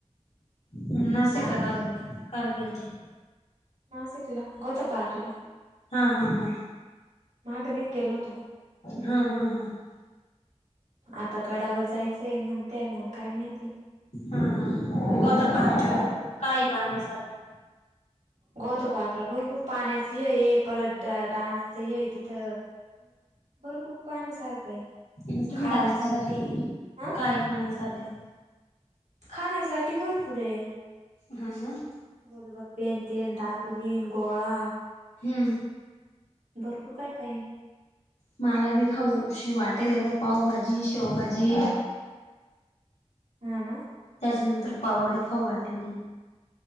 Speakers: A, on the left (about 70°); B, on the right (about 85°).
A: न नासिक
B: आता
A: कारल कारल गेलतीन
B: नाशिकला गोता पार्कला
A: हा हा हा
B: मगने केल होतो
A: हा हा हा
B: आता गडावर जायचंय म्हणते मग काय माहिती
A: हा हा
B: सव्वीस
A: गत पारख काही पाण्या सारखं
B: गोत पार्कला पू पाण्याच परत डान्सच हे तिथं भरपूर पान आहे सारखं आहे
A: हम् तुम्ही
B: खाण्यासाठी
A: डान्स करा
B: हं
A: काय खाण्यासाठी
B: खाण्यासाठी भरपूर आहे
A: हा ना
B: गोलगप्पेन तन दाब बलीन गळा
A: हम्म
B: भरपूर काय काय
A: मला बी खाऊशी वाटेल आहे ग पावभाजी शेवभाजी
B: हा ना
A: त्याच्यानंतर पावडी खाऊ वाटेली